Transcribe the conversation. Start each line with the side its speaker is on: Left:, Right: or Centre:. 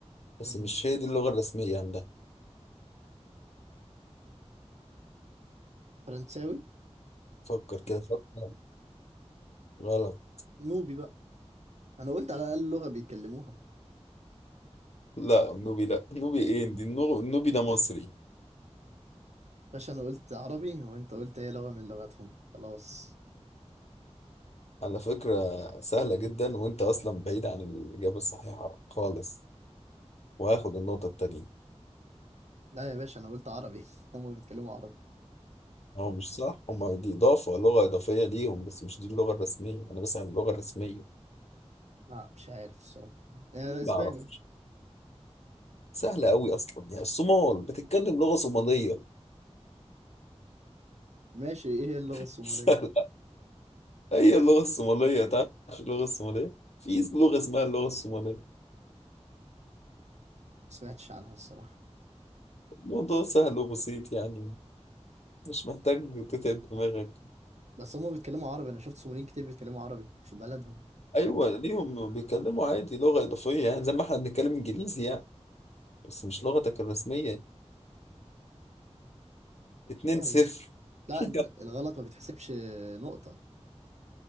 Left: بس
Right: م-
Left: مش هي دي اللغة الرسمية عندها
Right: فرنساوي
Left: فكر كده فكر غلط
Right: نوبي بقى انا قلت على الاقل لغة بيتكلموها
Left: لا النوبي لا النوبي إيه دي النو- النوبي ده مصري
Right: باشا انا قلت عربي وانت قلت هي لغة من لغتهم خلاص
Left: على فكرة سهلة جدا وأنت أصلا بعيد عن الإجابة الصحيحة خالص وهاخد النقطة التانية
Right: لا يا باشا انا قلت عربي <laughs> هم بيتكلموا عربي
Left: هو مش صح هما دي إضافة لغة إضافية ليهم بس مش دي اللغة الرسمية أنا بسأل عن اللغة الرسمية
Right: لا مش عارف الصراحة آه اسباني
Left: بعرف سهلة أوي أصلا يعني الصومال بتتكلم لغة صومالية
Right: ماشي ايه هي اللغة
Left: <laughs>
Right: الصومالية
Left: سهلة
Right: ما
Left: هي اللغة الصومالية تعرف اللغة الصومالية في لغة اسمها اللغة الصومالية
Right: سمعتش عنها الصراحة
Left: الموضوع سهل وبسيط يعني مش محتاج تتعب دماغك
Right: بس هم بيتكلموا عربي انا شفت صوماليين كتير بيتكلموا عربي في بلدهم
Left: أيوة ليهم بيتكلموا عادي لغة إضافية يعني زي ما إحنا بنتكلم إنجليزي يعني بس مش لغتك الرسمية اتنين
Right: طيب
Left: صفر
Right: لا
Left: <laughs>
Right: انت الغلط ما بيتحسبش نقطة